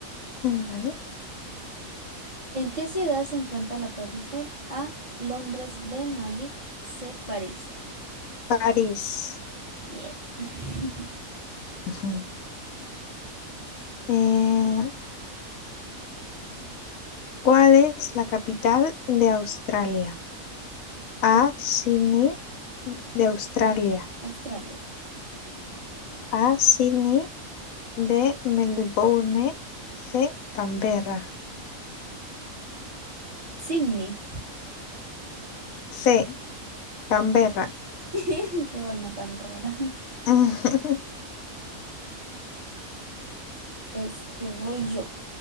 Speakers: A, on the left; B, on the right.
A: Mm, Vale.
B: ¿En qué ciudad se encuentra la Torre Eiffel? A, Londres, B, Madrid, C, París.
A: París.
B: Bien. <laughs>
A: Ujú. Eh, ¿cuál es la capital de Australia? A,
B: ¿De otra?
A: Sydney de Australia.
B: Australia.
A: A, Sydney. B, Melbourne. C, Canberra.
B: Sydney.
A: C, Canberra.
B: <laughs> Qué vaina tan rara.
A: <laughs>
B: Este, voy yo.